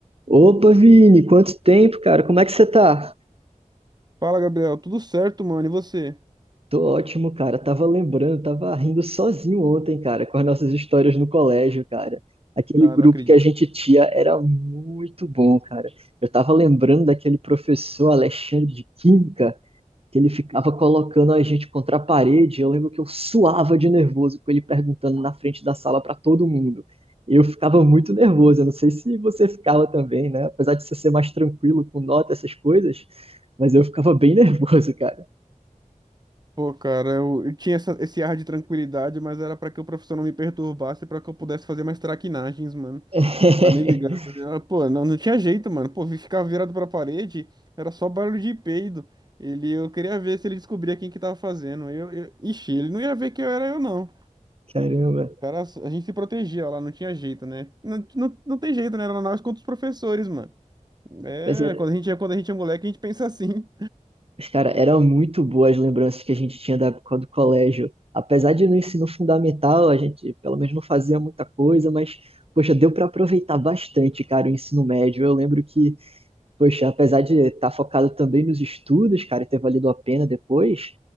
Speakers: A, on the right; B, on the right.
A: Opa, Vini, quanto tempo, cara? Como é que você tá?
B: Fala, Gabriel. Tudo certo, mano? E você?
A: Tô ótimo, cara. Tava lembrando, tava rindo sozinho ontem, cara, com as nossas histórias no colégio, cara. Aquele
B: Ah,
A: grupo
B: não acredito.
A: que a gente tinha era muito bom, cara. Eu tava lembrando daquele professor Alexandre de Química. que ele ficava colocando a gente contra a parede. Eu lembro que eu suava de nervoso com ele perguntando na frente da sala para todo mundo. Eu ficava muito nervoso. Eu não sei se você ficava também, né? Apesar de você ser mais tranquilo com nota, essas coisas, mas eu ficava bem nervoso, cara.
B: Pô, cara, eu, eu tinha essa- esse ar de tranquilidade, mas era pra que o professor não me perturbasse, pra que eu pudesse fazer mais traquinagens, mano.
A: <laughs>
B: Tá nem ligado. Eu- pô, não, não tinha jeito, mano. Pô, vi- ficar virado pra parede era só barulho de peido. Ele, eu queria ver se ele descobria quem que tava fazendo. Eu, eu, ixi, ele não ia ver que eu era eu, não.
A: Caramba.
B: Cara, a gente se protegia lá, não tinha jeito, né? Não, não, não tem jeito, né? Era nós contra os professores, mano. É,
A: Mas, era-
B: quando a gente é, quando a gente é moleque, a gente pensa assim.
A: mas, cara, eram muito boas as lembranças que a gente tinha da época do colégio. Apesar de no ensino fundamental, a gente pelo menos não fazia muita coisa, mas, poxa, deu para aproveitar bastante, cara, o ensino médio. Eu lembro que Poxa, apesar de estar focado também nos estudos, cara, e ter valido a pena depois,